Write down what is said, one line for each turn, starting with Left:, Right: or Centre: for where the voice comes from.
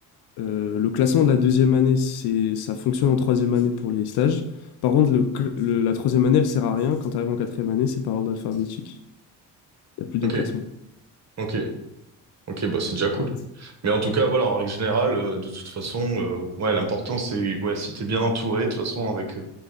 Left: heu, le classement de la deuxième année, c'est ça fonctionne en troisième année pour les stages. Par contre, le cl le la troisième année, elle sert à rien. Quand tu arrives en quatrième année, c'est par ordre alphabétique. Il y a plus de
Right: Ok,
Left: classement.
Right: ok, ok, bah, c'est déjà cool.
Left: Voilà.
Right: Mais en tout cas, voilà, en règle générale, euh, de toute façon, euh, ouais, l'important, c'est, ouais, si t'es bien entouré, de toute façon, avec, euh,